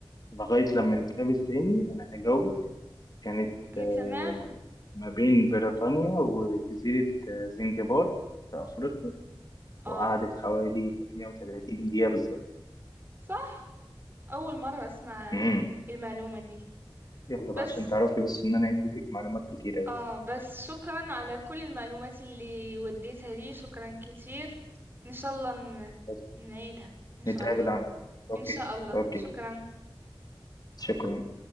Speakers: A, on the left; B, on the right.
A: لغاية لما نتقابل تاني أنا هجاوبك كانت
B: أوكي
A: آه،
B: تمام
A: ما بين بريطانيا وجزيرة آه، زنجبار في أفريقيا
B: آه
A: وقعدت حوالي 38 دقيقة بالظبط.
B: صح أول مرة أسمع
A: مم.
B: <laughs> المعلومة دي
A: يلا
B: بس
A: بقى عشان تعرفي بس إن أنا عندي ليك معلومات كتير أوي
B: آه بس شكرا على كل المعلومات اللي وديتها لي شكرا كتير إن شاء الله ن-
A: بس
B: نعيدها إن شاء
A: نتقابل
B: الله
A: على أوكي
B: إن شاء الله
A: أوكي
B: شكرا
A: شكرا